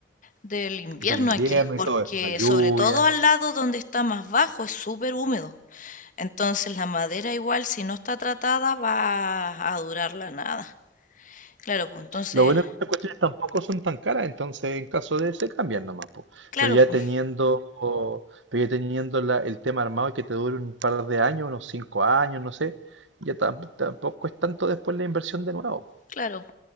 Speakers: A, on the left (about 45°); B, on the right (about 85°).
A: del invierno
B: del invierno
A: aquí,
B: y
A: porque
B: todo eso, la lluvia.
A: sobre todo al lado donde está más bajo es súper húmedo. Entonces la madera igual si no está tratada va a durar la nada. Claro, pues entonces,
B: Lo bueno es que estas cuestiones tampoco son tan caras, entonces en caso de se cambian nomás, po.
A: claro,
B: Pero ya
A: pues,
B: teniendo, o- pero ya teniendo la- el tema armado y que te dure un par de años, unos cinco años, no sé, ya tam- tampoco es tanto después la inversión de nuevo.
A: claro.